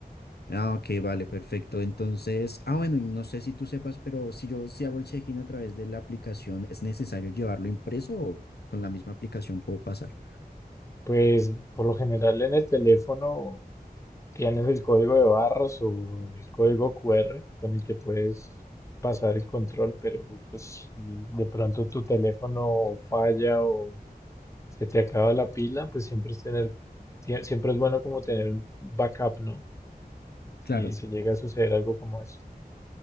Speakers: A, on the left; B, on the left.
A: Ah, ok, vale, perfecto. Entonces, ah, bueno, y no sé si tú sepas, pero si yo si hago el check-in a través de la aplicación, ¿es necesario llevarlo impreso o con la misma aplicación puedo pasar?
B: Pues por lo general en el teléfono Tienes el código de barras o el código QR con el que puedes pasar el control, pero pues si de pronto tu teléfono falla o se te acaba la pila, pues siempre es tener, tie- siempre es bueno como tener un backup, ¿no? Si,
A: Claro.
B: si llega a suceder algo como eso.